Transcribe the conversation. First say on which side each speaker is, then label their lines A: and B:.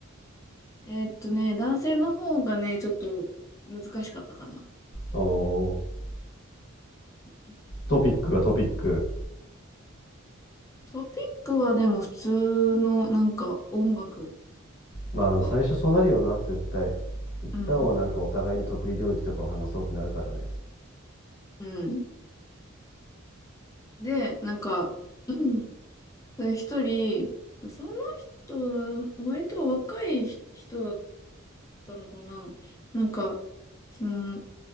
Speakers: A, on the left; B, on the left.
A: えーっとね、男性の方がね、ちょっと難しかったかな。
B: の。おー
A: うん、
B: トピックがトピック。
A: トピックはでも普通の、なんか、音楽
B: まあ、
A: とか、
B: あの最初そうなるよな、絶対。一旦はなんかお互いの得意領域とかを話そうってなるからね。
A: うん。うん。で、なんか、<clears throat> うん、で一人、その人、割と若い人だったのかな。なんか、その、